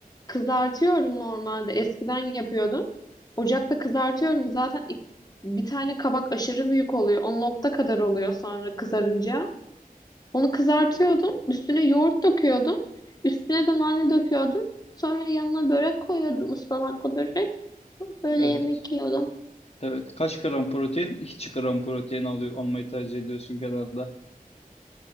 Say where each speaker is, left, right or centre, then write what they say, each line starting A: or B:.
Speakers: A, on the left; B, on the left.
A: kızartıyorum normalde. Eskiden yapıyordum. Ocakta kızartıyorum. Zaten ik- bir tane kabak aşırı büyük oluyor. O nokta kadar oluyor sonra kızarınca. Onu kızartıyordum. Üstüne yoğurt döküyordum. Üstüne de nane döküyordum. Sonra yanına börek koyuyordum. ıspanaklı börek. Böyle
B: Evet.
A: yemek yiyordum.
B: Evet. Kaç gram protein? Hiç gram protein alıyor, almayı tercih ediyorsun genelde.